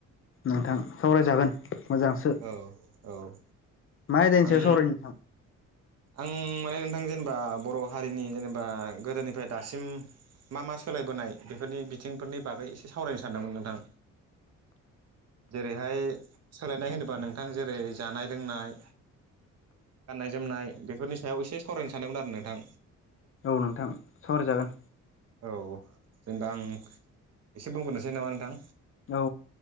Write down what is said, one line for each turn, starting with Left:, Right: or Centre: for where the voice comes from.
Left: नोंथां सावरायजागोन। मोजांसो
Right: औ औ
Left: मा आयदानि
Right: आं
Left: सायाव सावरायनो नोंथां
Right: आं माने नोंथां जेनेबा बर' हारिनि जेनेबा गोदोनिफ्राय दासिम। मा-मा सोलायबोनाय बेफोरनि बिथिंफोरनि बागै एसे सावरायनो सानदोंमोन नोंथां। जेरैहाय सोलायनाय होनोबा नोंथां जेरै जानाय-लोंनाय। गाननाय-जोमनाय बेफोरनि सायाव एसे सावरायनो सानदोंमोन आरो नोंथां?
Left: औ नोंथां सावरायजागोन
Right: औ जेनेबा आं। एसे बुंग्रोनोसै नामा नोंथां?
Left: औ